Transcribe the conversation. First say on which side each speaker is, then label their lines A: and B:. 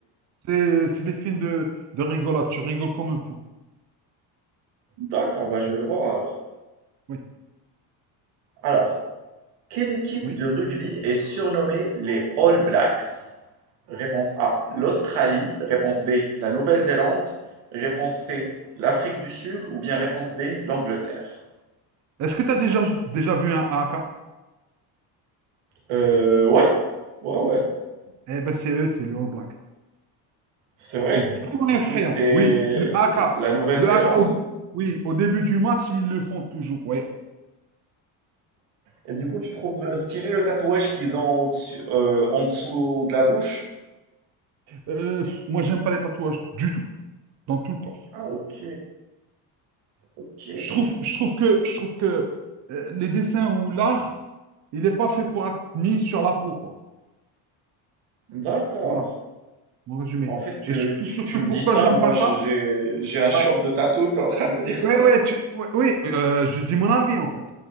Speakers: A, on the right; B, on the right.
A: C'est c'est des films de, de rigolade. Tu rigoles comme un fou.
B: d'accord, bah, je vais le voir alors.
A: Oui.
B: Alors, quelle équipe
A: Oui.
B: de rugby est surnommée les All Blacks? Réponse A, l'Australie. Réponse B, la Nouvelle-Zélande. Réponse C, l'Afrique du Sud. Ou bien réponse D, l'Angleterre.
A: Est-ce que tu as déjà, déjà vu un AK?
B: Euh, ouais, ouais, ouais,
A: Eh ben, c'est eux, c'est les All Blacks.
B: c'est vrai.
A: C'est vraiment
B: Du
A: effrayant.
B: coup, c'est
A: Oui, le AK.
B: la Nouvelle-Zélande.
A: Le AK, au, dé- oui, au début du match, ils le font toujours. Oui,
B: Et du coup, tu trouves euh, stylé le tatouage qu'ils ont au-dessus, euh, en dessous de la bouche?
A: Euh, moi, j'aime pas les tatouages du tout, dans tout le corps.
B: Ah, ok, ok,
A: Je trouve, je trouve que, je trouve que euh, les dessins ou l'art, il n'est pas fait pour être mis sur la peau, quoi.
B: d'accord.
A: Voilà, mon résumé.
B: Bah, En fait, tu,
A: Et surtout,
B: tu,
A: surtout
B: tu me
A: pourquoi
B: dis ça,
A: j'aime
B: moi
A: pas
B: j'ai,
A: ça?
B: j'ai un
A: Ouais.
B: shop de tatou, tu es en train de me dire ça.
A: Ouais, ouais, tu- ouais, oui, euh, je dis mon avis, en fait.